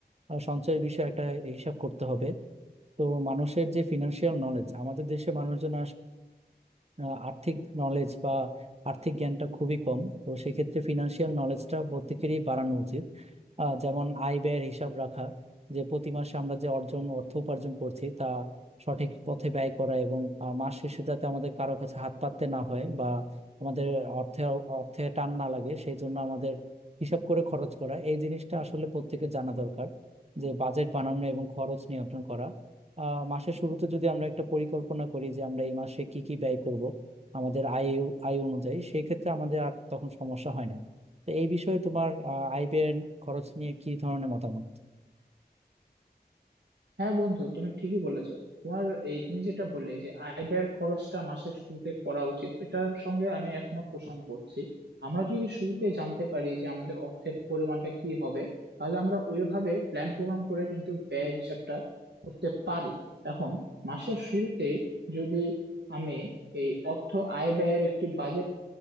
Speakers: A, on the right; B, on the right.
A: আহ, সঞ্চয়ের বিষয়ে একটা হিসাব করতে হবে তো মানুষের যে ফিনান্সিয়াল নলেজ আমাদের দেশে মানুষজন আহ, আর্থিক নলেজ বা আর্থিক জ্ঞানটা খুবই কম তো সেক্ষেত্রে ফিনান্সিয়াল নলেজটা প্রত্যেকেরই বাড়ানো উচিত আহ, যেমন আয় ব্যয়ের হিসাব রাখা যে প্রতি মাসে আমরা যে অর্জন অর্থ উপার্জন করছি তা সঠিক পথে ব্যয় করা এবং আহ, মাস শেষে যাতে আমাদের কারো কাছে হাত পাততে না হয় বা আমাদের অর্থে অর্থে টান না লাগে সেই জন্য আমাদের হিসাব করে খরচ করা এই জিনিসটা আসলে প্রত্যেকের জানা দরকার যে বাজেট বানানো এবং খরচ নিয়ন্ত্রণ করা আহ মাসের শুরুতে যদি আমরা একটা পরিকল্পনা করি যে আমরা এই মাসে কি কি ব্যয় করব আমাদের আয় আয় অনুযায়ী সেই ক্ষেত্রে আমাদের আর তখন সমস্যা হয় না তো এই বিষয়ে তোমার আহ, আয় ব্যয় খরচ নিয়ে কি ধরনের মতামত
B: হ্যাঁ বন্ধু তুমি ঠিকই বলেছো তোমার এই তুমি যেটা বললে যে আয় ব্যয়ের খরচটা মাসের শুরুতে করা উচিত এটার সঙ্গে আমি একমত পোষণ করছি আমরা যদি শুরুতে জানতে পারি যে আমাদের অর্থের পরিমাণটা কি হবে তাহলে আমরা ওইভাবে প্ল্যান প্রোগ্রাম করে কিন্তু ব্যয়ের হিসাবটা করতে পারি এখন মাসের শুরুতে যদি আমি এই অর্থ আয় ব্যয়ের একটি বাজেট